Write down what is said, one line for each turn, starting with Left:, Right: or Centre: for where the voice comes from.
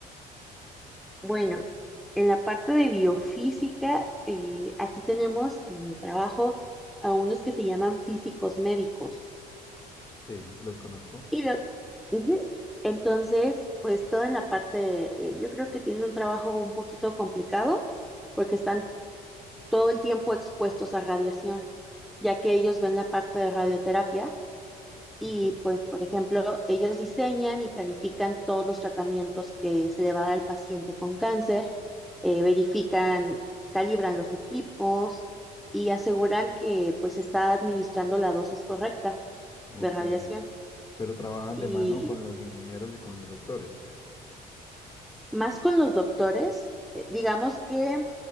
Centre: bueno, en la parte de biofísica, eh, aquí tenemos en el trabajo a unos que se llaman físicos médicos.
Left: Sí, los conozco.
Centre: Y lo, ujú. Entonces, pues toda en la parte, eh, yo creo que tienen un trabajo un poquito complicado porque están todo el tiempo expuestos a radiación, ya que ellos ven la parte de radioterapia Y
Left: Ok.
Centre: pues, por ejemplo, ellos diseñan y planifican todos los tratamientos que se le va a dar al paciente con cáncer, eh, verifican, calibran los equipos y aseguran que pues se está administrando la dosis correcta
Left: Ok.
Centre: de radiación.
Left: Pero trabajan
Centre: Y
Left: de mano con los ingenieros y con los doctores.
Centre: más con los doctores, eh, digamos que